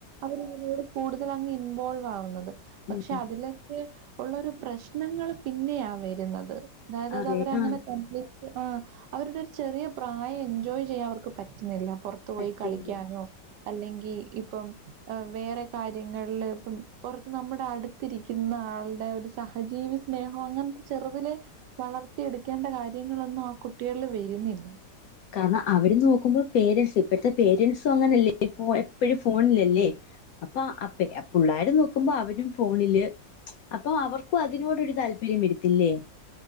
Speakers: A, on the right; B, on the left.
A: അവരതിനോട് കൂടുതലങ്ങ് ഇൻവോൾവ് ആവുന്നത്. പക്ഷേ
B: ഉം,
A: അതിലൊക്കെ ഒള്ളൊരു പ്രശ്നങ്ങള് പിന്നെയാ വരുന്നത്. അതായതത്
B: അറി
A: അവരങ്ങനെ
B: ആ
A: കം ആഹ് അവരുടെ ഒരു ചെറിയ പ്രായം എൻജോയ് ചെയ്യാൻ അവർക്ക് പറ്റുന്നില്ല പൊറ ത്ത് പോയി
B: പറ്റുന്നില്ല
A: കളിക്കാനോ അല്ലെങ്കി ഇപ്പം വേറെ കാര്യങ്ങളില് ഇപ്പം പൊറത്ത് നമ്മടെ അടുത്തിരിക്കുന്ന ആള്ടെ ഒരു സഹജീവി സ് സ്നേഹോ അങ്ങനത്തെ ചെറുതിലെ വളർത്തിയ എടുക്കേണ്ട കാര്യങ്ങളൊന്നും ആ കുട്ടികളിൽ വരുന്നില്ല.
B: കാരണം അവര് നോക്കുമ്പോ പേരൻസ് ഇപ്പോത്തെ പേരൻസും അങ്ങനെയല്ലേ ഫോ എപ്പഴും ഫോണില്ലല്ലേ അപ്പോ അപ്പേ പുള്ളാര് നോക്കുമ്പോ അവരും ഫോണില്. അപ്പോ അവർക്കും അതിനോടൊരു താല്പര്യം വരുത്തില്ലേ